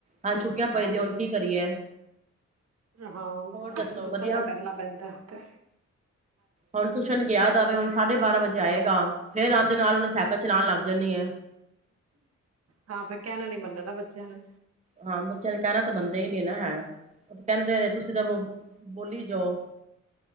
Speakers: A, on the right; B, on the right.
A: ਹਾਂ ਛੁੱਟੀਆਂ ਪਈ
B: ਹਾਂਜੀ,
A: ਦੀਆਂ ਹੁਣ ਕੀ ਕਰੀਏ
B: ਹਾਂ
A: ਹੋਰ ਦੱਸੋ
B: ਗੁੱਸਾ
A: ਵਧੀਆ
B: ਤਾਂ ਕਰਨਾ ਪੈਂਦਾ ਉਥੇ
A: ਹੁਣ ਟੁਸ਼ਣ ਗਿਆ ਦਾਵੇ ਹੁਣ ਸਾਢੇ ਬਾਰਾਂ ਵਜੇ ਆਏਗਾ, ਫੇਰ ਆਉਂਦੇ ਨਾਲ ਉਹਨੇ ਸਾਈਕਲ ਚਲਾਣ ਲੱਗ ਜਾਂਦੀ ਏ
B: ਹਾਂ ਫਿਰ ਕਹਿਣਾ ਨੀ ਮੰਨਣਾ ਬੱਚਿਆਂ ਨੇ
A: ਹਾਂ, ਬੱਚਿਆਂ ਨੇ ਕਹਿਣਾ ਤਾਂ ਮੰਨਦੇ ਹੀ ਨੀ ਨਾ ਹੈ। ਉਹ ਤੇ ਕਹਿੰਦੇ ਨੇ ਤੁਸੀਂ ਤਾਂ ਬੋਲੀ ਜਾਓ